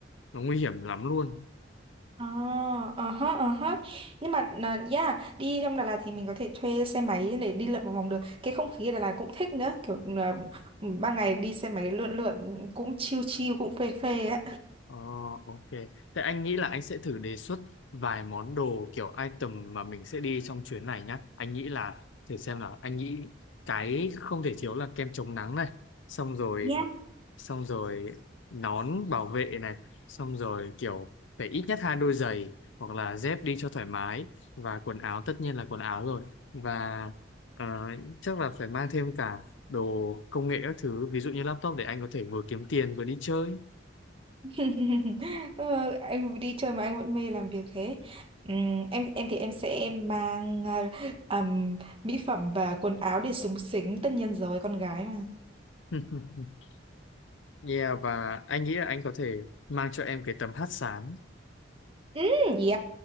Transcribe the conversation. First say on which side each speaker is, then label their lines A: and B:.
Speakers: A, on the left; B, on the right.
A: nó nguy hiểm lắm luôn
B: ờ ờ hớ, ờ hớ. Nhưng mà là yeah, đi trong Đà Lạt thì mình có thể thuê xe máy để đi lượn một vòng được. Cái không khí ở Đà Lạt cũng thích nữa, kiểu là ban ngày đi xe máy lượn lượn cũng chill chill cũng phê phê á.
A: ờ, ok thế anh nghĩ là anh sẽ thử đề xuất vài món đồ kiểu item mà mình sẽ đi trong chuyến này nhá anh nghĩ là thử xem là anh nghĩ cái không thể thiếu là kem chống nắng này xong rồi
B: Yeah.
A: xong rồi nón bảo vệ này xong rồi kiểu phải ít nhất hai đôi giày hoặc là dép đi cho thoải mái và quần áo tất nhiên là quần áo rồi và ờ, chắc là phải mang thêm cả đồ công nghệ các thứ ví dụ như laptop để anh có thể vừa kiếm tiền vừa đi chơi
B: <laughs> Ờ, anh đi chơi mà anh vẫn mê làm việc thế. Ừm, em em thì em sẽ mang ờ, ừm, mỹ phẩm và quần áo để xúng xính, tất nhiên rồi con gái mà.
A: <laughs> yeah và anh nghĩ là anh có thể mang cho em cái tấm hắt sáng
B: Ừ, gì